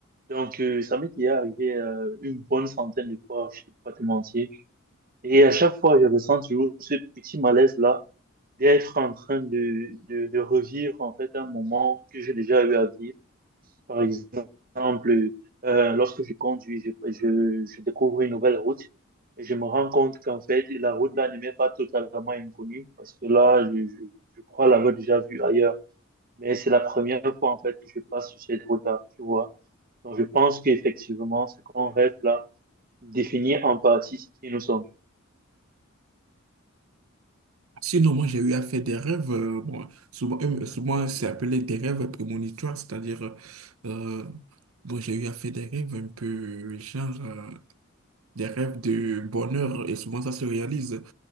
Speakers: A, on the right (about 45°); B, on the right (about 85°).
A: Donc, euh, ça m'est déjà arrivé euh, une bonne centaine de fois, je ne vais pas te mentir. Et à chaque fois, je ressens toujours ce petit malaise-là d'être en train de, de, de revivre en fait un moment que j'ai déjà eu à vivre par exemple, euh, lorsque je conduis, je, je, je découvre une nouvelle route et je me rends compte qu'en fait, la route là ne m'est pas totalement inconnue parce que là, je, je, je crois l'avoir déjà vue ailleurs. Mais c'est la première fois en fait que je passe sur cette route-là, tu vois. Donc je pense qu'effectivement, ce qu'on rêve là définit en partie ce qui nous sommes.
B: Sinon, moi, j'ai eu à faire des rêves, euh, bon, souvent, euh, souvent c'est appelé des rêves prémonitoires, c'est-à-dire, euh, euh, bon, j'ai eu à faire des rêves un peu, genre, euh, des rêves de bonheur, et souvent ça se réalise.